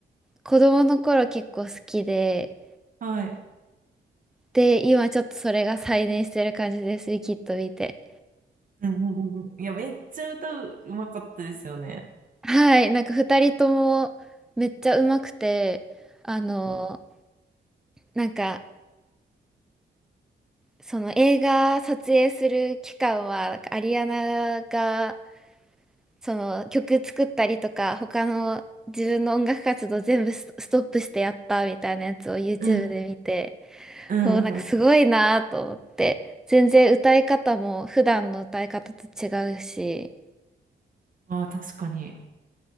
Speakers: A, in the centre; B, on the right (about 45°).
A: 子供の頃結構好きで、
B: はい。
A: で、今ちょっとそれが再燃してる感じです、ウィキッド見て。
B: うんうんうんうん。いや、めっちゃ歌う、うまかったですよね。
A: はい。なんか二人ともめっちゃ上手くて、あの、なんか、その映画撮影する期間は、アリアナがその曲作ったりとか、他の自分の音楽活動全部スストップしてやったみたいなやつを YouTube
B: うん。
A: で見て、
B: うんうん。
A: もうなんかすごいなと思って、全然歌い方も普段の歌い方と違うし、
B: ああ、確かに。